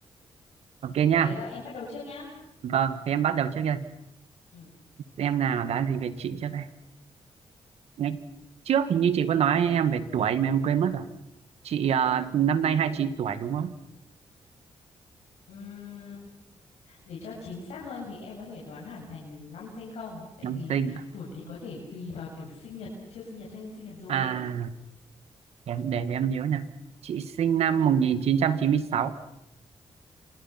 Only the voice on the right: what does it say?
ok
nha
Vâng, thì em bắt đầu trước đây.
Em nào đoán gì về chị trước đây? Ngay trước thì như chị có nói em về tuổi mà em quên mất rồi. Chị ờ, năm nay hai mươi chín tuổi đúng không?
Năm
sinh.
À,
em để, để em nhớ nè. Chị sinh năm 1996.